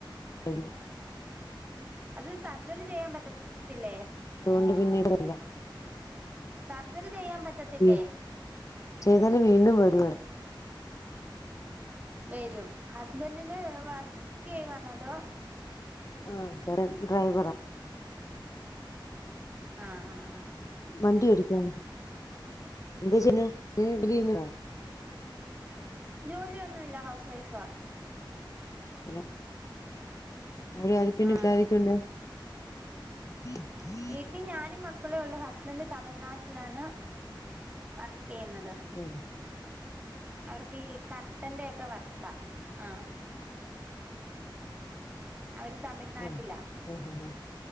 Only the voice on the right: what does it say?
അത് സർജറി ചെയ്യാൻ പറ്റ ത്തില്ലേ
സർജറി ചെയ്യാൻ പറ്റത്തില്ലേ
വരും ഹസ്ബൻഡിന് വർക്കെയ്യുവന്നോ അതോ
ആഹ് അഹ് അഹ്
ജോലി ഒന്നുല്ല ഹൗസ് വൈഫാ
ആഹ്
വീട്ടി ഞാനും മക്കളു ഒള്ളൂ ഹസ്ബൻഡ് തമിഴ്നാട്ടിലാണ് വർക്കെയ്യുന്നത്
അവർക്ക് ഈ കർട്ടന്റെ ഒക്കെ വർക്കാ ആഹ് അവര് തമിഴ്നാട്ടില